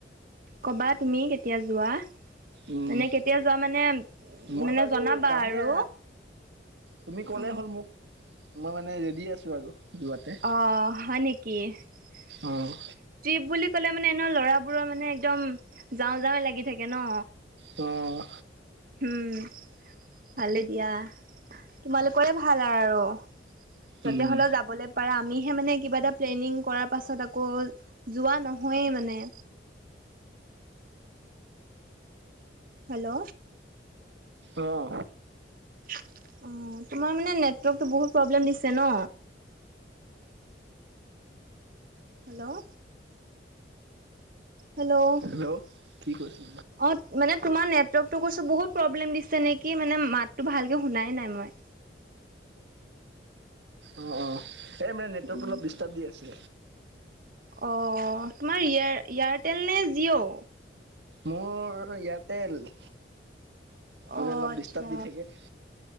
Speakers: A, on the right; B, on the right.
A: ক'বা, তুমি কেতিয়া যোৱা?
B: উম।
A: মানে কেতিয়া যোৱা মানে,
B: মই
A: মানে
B: বাৰু
A: জনাবা
B: যামেই
A: আৰু।
B: তুমি ক'লেই
A: অ
B: হ'ল মোক, মই মানে ৰেডি আছো আৰু। যোৱাতে
A: অ, হয় নেকি! ট্ৰিপ
B: অ',
A: বুলি ক'লে মানে, এনেও ল'ৰাবোৰৰ মানে একদম যাওঁ-যাওঁ লাগি থাকে ন!
B: অহ!
A: উম, ভালে দিয়া। তোমালোকৰে ভাল আৰু। য'তে
B: উম,
A: হ'লেও যাবলৈ পাৰা। আমিহে মানে কিবা এটা প্লেনিং কৰাৰ পাছত আকৌ যোৱা নহয়েই মানে! হেল্ল'!
B: অহ!
A: অ, তোমাৰ মানে নেটৱৰ্কতটো বহুত প্ৰব্লেম দিছে ন! হেল্ল'! হেল্ল'! অ,
B: হেল্ল' কি কৈছো
A: মানে তোমাৰ নেটৱৰ্কটো কৈছো বহুত প্ৰব্লেম দিছে নেকি! কি মানে, মাতটো ভালকে শুনাই নাই মই।
B: অ, অ, এ, মানে নেটৱৰ্ক
A: উম,
B: অলপ ডিষ্টাৰ্ব দি আছে।
A: অ, তোমাৰ এয়াৰটেল নে জিঅ'?
B: মোৰ এয়াৰটেল,
A: অ
B: মানে অলপ
A: আচ্ছা
B: ডিষ্টাৰ্ব দি থাকে।